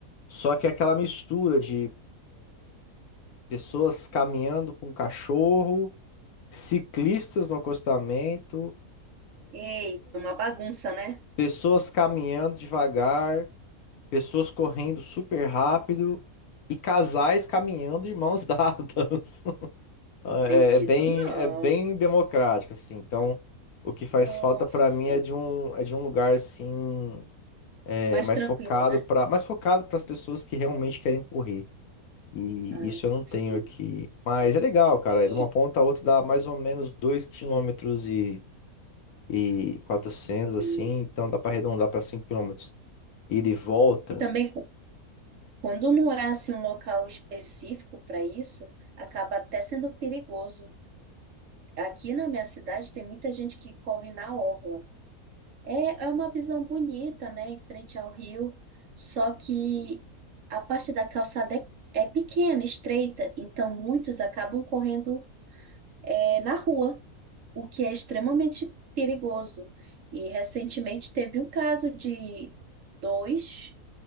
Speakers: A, on the left; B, on the right.
A: Só que é aquela mistura de pessoas caminhando com cachorro, ciclistas no acostamento,
B: Ei, uma bagunça, né?
A: pessoas caminhando devagar, pessoas correndo super rápido e casais caminhando de mãos <laughs> dadas. Ah,
B: Acredito.
A: É, é bem,
B: Não.
A: é bem democrático, assim. Então, o que faz
B: Nossa,
A: falta para mim é de um, é de um lugar assim, é,
B: mais
A: mais
B: tranquilo,
A: focado
B: né?
A: para, mais focado para as pessoas que realmente querem correr. E
B: Ah,
A: isso eu não
B: sim.
A: tenho aqui. Mas é legal, cara.
B: E,
A: É de uma ponta a outra dá mais ou menos 2 quilômetros e, e 400 assim.
B: hum,
A: Então dá para arredondar para 5 quilômetros Ida e volta.
B: e também, cu- quando não é assim um local específico para isso, acaba até sendo perigoso. Aqui na minha cidade tem muita gente que corre na orla. É, é uma visão bonita, né, em frente ao rio, só que a parte da calçada é, é pequena, estreita, então muitos acabam correndo é, na rua, o que é extremamente perigoso. E recentemente teve um caso de dois